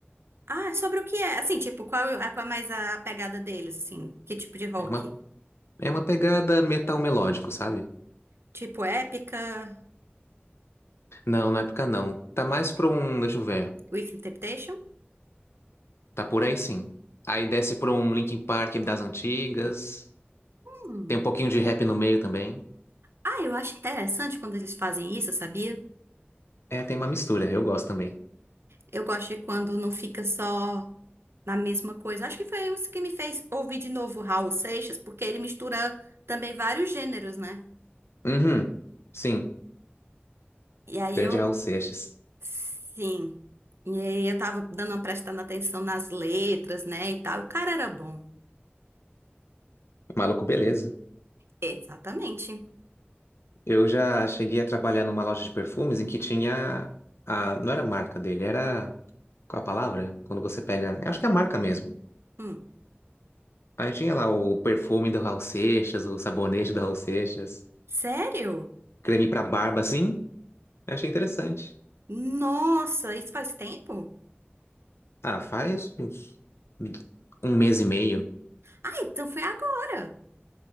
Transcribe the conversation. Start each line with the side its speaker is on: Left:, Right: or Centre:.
Right: Ah, sobre o que é? Assim, tipo, qual é qual é mais a pegada deles, assim? Que tipo de rock?
Left: É uma, é uma pegada metal melódico, sabe?
Right: Tipo épica,
Left: Não, na época não. Tá mais pra um, deixa eu ver.
Right: with interpretation?
Left: Tá por aí sim. Aí desce pra um Linkin Park das antigas.
Right: Hum.
Left: Tem um pouquinho de rap no meio também.
Right: Ah, eu acho interessante quando eles fazem isso, sabia?
Left: É, tem uma mistura, eu gosto também.
Right: Eu gosto de quando não fica só na mesma coisa. Acho que foi isso que me fez ouvir de novo Raul Seixas, porque ele mistura também vários gêneros, né?
Left: Uhum, sim.
Right: E aí
Left: Grande
Right: eu,
Left: Raul Seixas.
Right: sim. E aí eu tava dando uma prestando atenção nas letras, né, e tal. O cara era bom.
Left: Maluco, beleza.
Right: Exatamente.
Left: Eu já cheguei a trabalhar numa loja de perfumes em que tinha a... Não era a marca dele, era... Qual a palavra? Quando você pega... Eu acho que é a marca mesmo.
Right: Hum.
Left: Aí tinha lá o perfume do Raul Seixas, o sabonete do Raul Seixas,
Right: Sério?
Left: creme pra barba, assim. Eu achei interessante.
Right: Nossa, isso faz tempo?
Left: Ah, faz uns, um mês e meio.
Right: Ah, então foi agora.